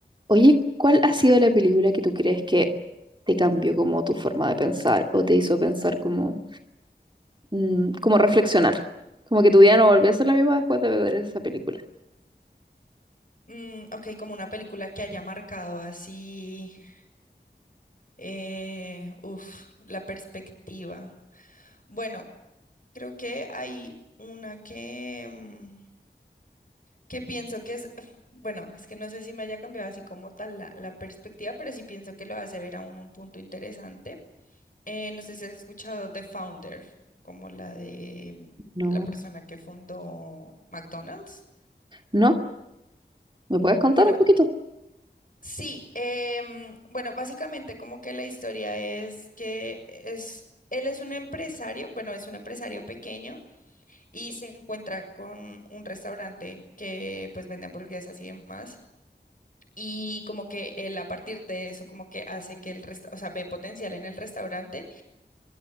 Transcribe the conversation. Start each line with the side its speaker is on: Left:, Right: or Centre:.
Right: Oye, ¿cuál ha sido la película que tú crees que te cambió como tu forma de pensar o te hizo pensar como, mm, como reflexionar? Como que tu vida no volvió a ser la misma después de ver esa película.
Left: Mm, ok, como una película que haya marcado así, eh, uf, la perspectiva. Bueno, creo que hay una que, mm, que pienso que es, bueno, es que no sé si me haya cambiado así como tal la, la perspectiva, pero sí pienso que lo hace ver a uno un punto interesante. Eh, no sé si has escuchado The Founder, como la de mm,
Right: No,
Left: la persona que fundó McDonald's.
Right: no, ¿me puedes contar
Left: Bueno,
Right: un Bueno, poquito?
Left: Sí, em, bueno, básicamente como que la historia es que es, él es un empresario, bueno, es un empresario pequeño y se encuentra con un restaurante que pues vende hamburguesas y demás. Y como que él a partir de eso como que hace que el resta- o sea, ve potencial en el restaurante